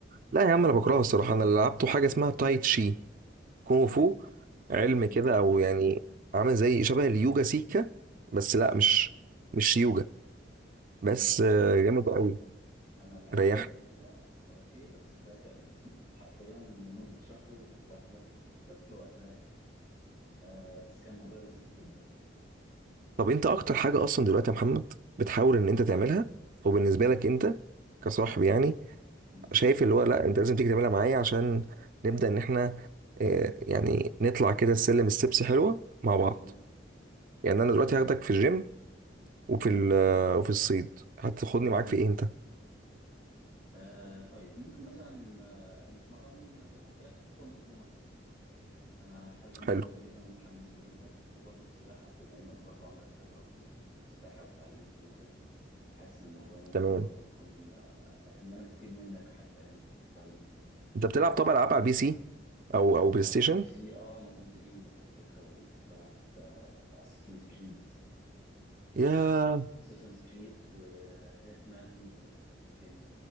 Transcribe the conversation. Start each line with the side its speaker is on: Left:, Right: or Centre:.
Right: لا يا عم انا بكرهها الصراحه انا اللي لعبته حاجه اسمها تاي تشي كونغ فو علم
Left: مهم.
Right: كده او يعني عامل زي شبه اليوجا سيكا بس لا مش
Left: أيوه
Right: مش يوجا بس
Left: أنا
Right: آه، جامد
Left: مم.
Right: قوي
Left: أنا لعبت
Right: ريحني
Left: قبل كده كاراتيه بس ده كان <laughs> حرفيا لمدة شهر و- واعتزلت كنت طفل وقتها يعني آه بس كان موضوع لذيذ جدا يعني
Right: طب انت اكتر حاجه اصلا دلوقتي يا محمد بتحاول ان انت تعملها وبالنسبه لك انت كصاحب
Left: مهم.
Right: يعني
Left: مم.
Right: شايف اللي هو لا انت لازم تيجي تعملها معايا عشان نبدا ان احنا آه، يعني نطلع كده السلم ستيبس حلوه مع بعض
Left: مم.
Right: يعني انا دلوقتي
Left: آه
Right: هاخدك في الجيم وفي ال- آه، وفي الصيد هتاخدني
Left: تمام
Right: معاك في ايه انت
Left: آه طيب ممكن مثلا آه نتمرن زي ما قلت لك كونغ فو مثلا انا حابب الموضوع
Right: حلو
Left: ده جدا ومتحمس له جدا وبرضه السباحه بما انك برضه عندك خبره في السباحه وتعلمت وكده حاسس ان الموضوع ممكن
Right: تمام
Left: برضه يكون آه، ان انا استفيد منك حتى يعني ان انت تعلمني
Right: انت بتلعب طبعا العاب على البي سي او او بلاي
Left: العب
Right: ستيشن
Left: على البي سي اه انا كنت جيمر على فكره وبلعب اساسنز كريد
Right: يا
Left: اساسنز كريد وهيتمان وتاني